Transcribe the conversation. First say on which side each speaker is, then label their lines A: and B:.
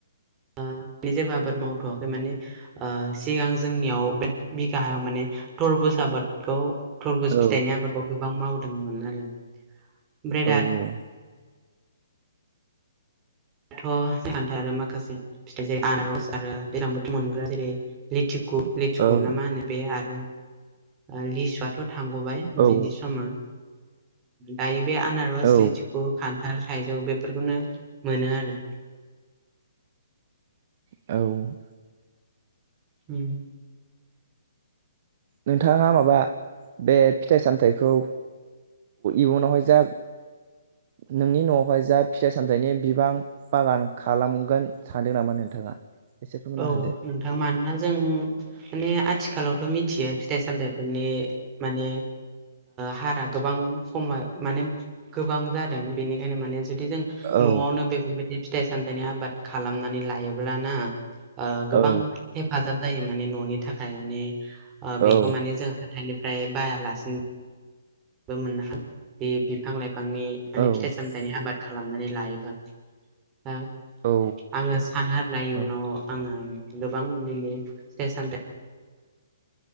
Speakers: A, on the right; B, on the right.
A: ओ बे जेबो आबाद मावथ'वाखै माने ओ सिगां जोंनियाव बे बिघा हायाव माने थरबज आबादखौ थुरबुज
B: औ
A: फिथाइनि आबादखौ गोबां मावदोंमोन आरो। ओमफ्राय
B: औ औ।
A: दाथ' खान्थाल आरो माखासे फिथाइ जायो आनारस आरो दैज्लां बोथ' मोनग्रा जेरै लिथु खु लेथुखु
B: औ
A: ना मा होनो बे आरो लिसुआथ' थांग'बाय
B: औ
A: बेनि समा दायो बे आनारस
B: औ
A: लिथुखु, खान्थाल, थाइजौ बेफोरखौनो मोनो आरो।
B: औ
A: हम
B: नोंथाङा माबा बे फिथाइ सामथायाइखौ इउनावहाय जा नोंनि न'आवहाय जा फिथाइ सामथायाइनि बिबां बागान खालामगोन सानदों नामा नोंथाङा एसे फोरमायना
A: औ
B: होदो
A: नोंथां मानोना जों माने आथिखालावथ' मिथियो फिथाइ सामथाइफोरनि माने हारा गोबां खम गोबां जादों बेनिखायनो माने ज जदि जों
B: औ
A: न'आवनो बेफोरबायदि फिथाइ सामथाइनि आबाद खालामनानै लायोब्लाना ओ गोबां
B: औ
A: हेफाजाब जायो माने न'नि थाखाय माने बेखौ
B: औ
A: माने जों हाथाइनि ओमफ्राय बायालासिनो मोननो हा बे बिफां लाइफांनि माने
B: औ
A: फिथाइ सामथाइनि आबाद खालामनानै लायोबा दा
B: औ
A: आङो सानहारनाय
B: औ
A: उनाव आङो गोबां दिनै फिथाइ सामथ